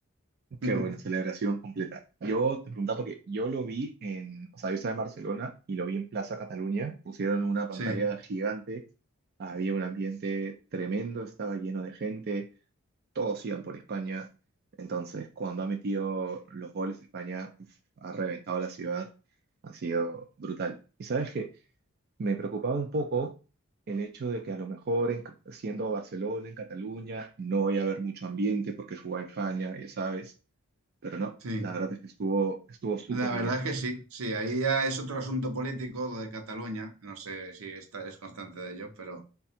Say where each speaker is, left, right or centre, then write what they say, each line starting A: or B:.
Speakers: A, on the right; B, on the right.
A: <laughs>
B: Qué buena celebración completa. Yo te preguntaba porque yo lo vi en, o sea, yo estaba en Barcelona y lo vi en Plaza Cataluña. Pusieron una pantalla
A: Sí,
B: gigante, había un ambiente tremendo, estaba lleno de gente, todos iban por España. Entonces, cuando ha metido los goles España, uf, ha reventado la ciudad, ha sido brutal. ¿Y sabes qué? me preocupaba un poco el hecho de que a lo mejor en- siendo Barcelona, en Cataluña, no vaya a haber mucho ambiente porque jugaba en España, ya sabes, pero no,
A: sí.
B: la verdad es que estuvo estuvo súper
A: La verdad
B: bien.
A: es que sí, sí. Ahí ya es otro asunto político lo de Cataluña. No sé si esta- es constante de ello, pero